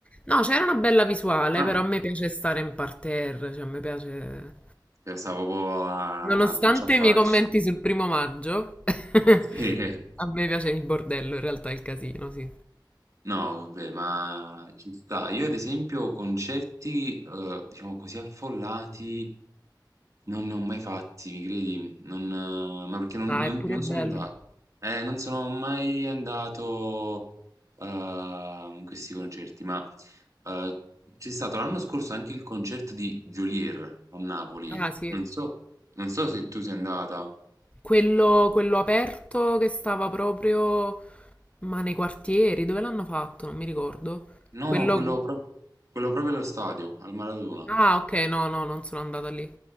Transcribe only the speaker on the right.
Ah,
stavo proprio a
faccia a faccia.
<laughs> Sì.
No, vabbè, ma ci sta. Io ad esempio concerti, eh, diciamo così, affollati non ne ho mai fatti, mi credi? Non, eh, ma perché non,
non-
non
sono andato. Eh, non sono mai andato eh, in questi concerti, ma eh, c'è stato l'anno scorso anche il concerto di Geolier a Napoli.
Non so, non so se tu sei andata.
No,
quello, pro- quello proprio allo stadio, al Maradona.